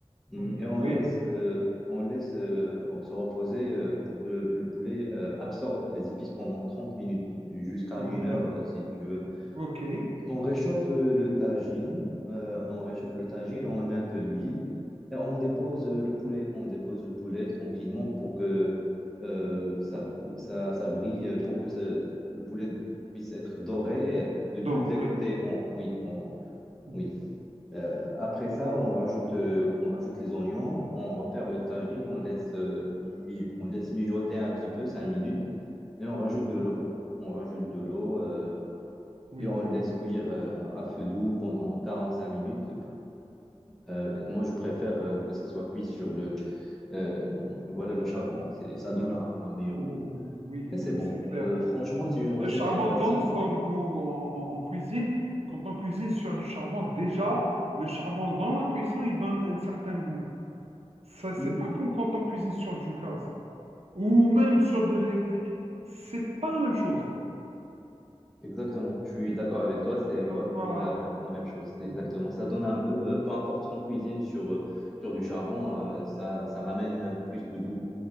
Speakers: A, in the centre; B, on the right (about 70°).
A: Mm,
B: oui,
A: Et on
B: oui,
A: laisse, euh, on laisse euh, se reposer euh, pour que le, le poulet euh, absorbe les épices pendant 30 minutes, jusqu'à
B: ok.
A: une heure euh, si tu veux.
B: Ok.
A: On réchauffe euh, le tagine, euh, on réchauffe le tagine, on met un peu d'huile et on dépose euh, le poulet. On dépose le poulet tranquillement pour que euh, ça, ça, ça brille, euh, pour que ça- le poulet puisse être doré euh, de
B: Donc,
A: tous les
B: oui.
A: côtés. On- oui, on-
B: mm,
A: oui. Euh, après ça, on rajoute, euh, on rajoute les oignons, on referme le tagine, on laisse, euh, mi- on laisse mijoter un petit peu, 5 minutes, et on rajoute de l'eau. On rajoute de l'eau euh,
B: Oui.
A: et on le laisse cuire euh, à feu doux pendant 45 minutes. Euh, moi, je préfère euh, que ça soit cuit sur le, euh, voilà, le charbon. C'est, ça donne un, un meilleur
B: Ouh,
A: goût.
B: Oui,
A: Et c'est
B: oui,
A: bon.
B: c'est clair.
A: Euh, franchement, c'est une recette
B: Le charbon
A: très facile.
B: donne son goût en, en- en cuisine. Quand on cuisine sur du charbon, déjà, le charbon dans la cuisson, il donne un certain goût. Ça, c'est
A: Oui,
B: pas comme quand on cuisine sur du gaz ou même sur de l'électrique. C'est pas la même chose.
A: Exactement, je suis d'accord avec
B: Donc,
A: toi, c'est pas
B: donc,
A: du
B: voilà.
A: tout la, la- la même chose. Exactement,
B: Mm,
A: ça donne un goût, euh, peu importe ce qu'on cuisine sur, euh, sur du charbon, euh, ça, ça ramène euh, plus de goût